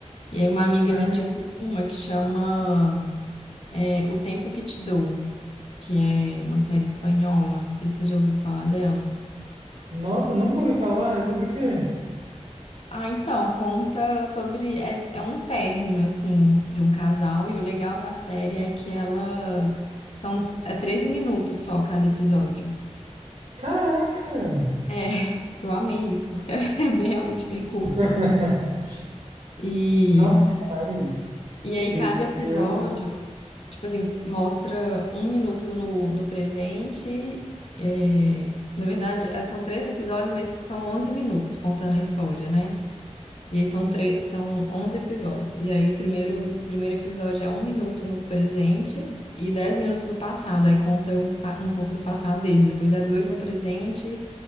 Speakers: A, on the left (about 55°); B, on the right (about 85°).
A: E aí uma amiga
B: Cara,
A: me indicou uma que chama É O Tempo Que Te Dou, que é uma série espanhola. Não sei se você já ouviu falar dela.
B: nossa, nunca ouvi falar. É sobre o quê?
A: Ah, então, conta sobre. É, é um término, assim, de um casal. E o legal da série é que ela. São, é 13 minutos só cada episódio.
B: Caraca!
A: É, <laughs> eu amei isso, porque <laughs> é bem- realmente bem curta.
B: <laughs>
A: E
B: Nossa, demais.
A: E aí,
B: E
A: cada episódio,
B: Eu,
A: tipo assim, mostra um minuto no, no presente. é, na verdade, é, são três episódios, mas são 11 minutos contando a história, né? E aí são, tre- são 11 episódios. E aí, o primeiro, primeiro episódio é um minuto no presente e 10 minutos no passado. Aí conta um, pa- um pouco do passado deles. Depois é dois no presente